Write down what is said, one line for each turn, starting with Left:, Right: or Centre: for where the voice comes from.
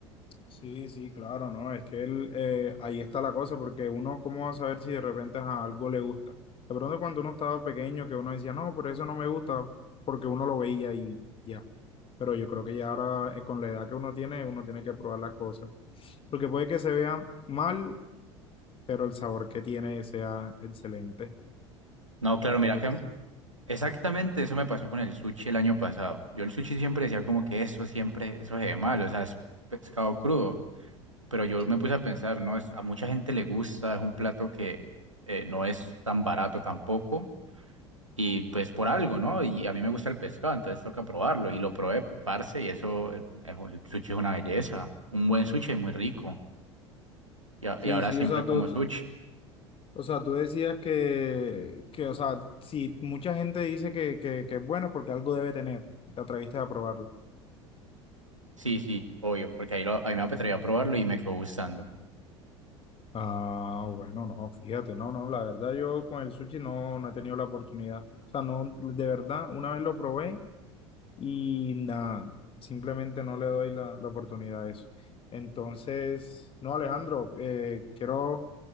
Left: Sí, sí, claro, ¿no? Es que él, eh, ahí está la cosa, porque uno, ¿cómo va a saber si de repente a algo le gusta? De pronto cuando uno estaba pequeño, que uno decía, no, pero eso no me gusta, porque uno lo veía y ya. Pero yo creo que ya ahora, eh, con la edad que uno tiene, uno tiene que probar las cosas. Porque puede que se vea mal, pero el sabor que tiene sea excelente.
Right: No,
Left: Porque
Right: claro, mira
Left: pues,
Right: que Exactamente, eso me pasó con el sushi el año pasado. Yo el sushi siempre decía como que eso siempre, eso se ve mal, o sea, es pescado crudo. Pero yo
Left: sí.
Right: me puse a pensar, no, es, a mucha gente le gusta, es un plato que eh, no es tan barato tampoco. Y pues por algo, ¿no? Y a mí me gusta el pescado, entonces toca probarlo. Y lo probé, parce, y eso, eh, es- el sushi es una belleza. Un buen sushi es muy rico. Y, a-
Left: Sí,
Right: y ahora
Left: sí,
Right: siempre
Left: o sea, todo,
Right: como sushi.
Left: O sea, tú decías que, que, o sea, si mucha gente dice que, que, que es bueno es porque algo debe tener, te atreviste a probarlo.
Right: Sí, sí, obvio, porque ahí, lo, ahí me atreví a probarlo y me quedó gustando.
Left: Ah, bueno, no, fíjate, no, no, la verdad yo con el sushi no, no he tenido la oportunidad. O sea, no, de verdad, una vez lo probé y nada, simplemente no le doy la, la oportunidad a eso. Entonces, no, Alejandro, eh, quiero